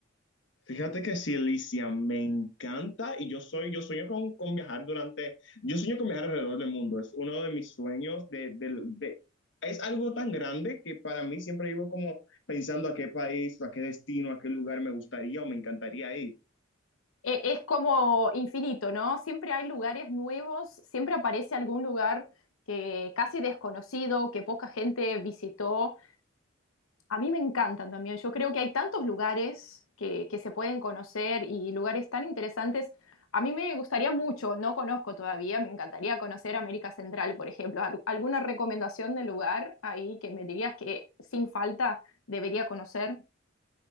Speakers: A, on the left; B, on the left.
A: Fíjate que sí, Alicia, me encanta y yo soy, yo sueño con, con viajar durante, yo sueño con viajar alrededor del mundo, es uno de mis sueños de, del- de- es algo tan grande que para mí siempre vivo como pensando a qué país, a qué destino, a qué lugar me gustaría o me encantaría ir.
B: E- es como infinito, ¿no? Siempre hay lugares nuevos, siempre aparece algún lugar que casi desconocido, que poca gente visitó. A mí me encantan también. Yo creo que hay tantos lugares que, que se pueden conocer y lugares tan interesantes. A mí me gustaría mucho, no conozco todavía, me encantaría conocer América Central, por ejemplo. Al- ¿Alguna recomendación de lugar ahí que me dirías que sin falta debería conocer?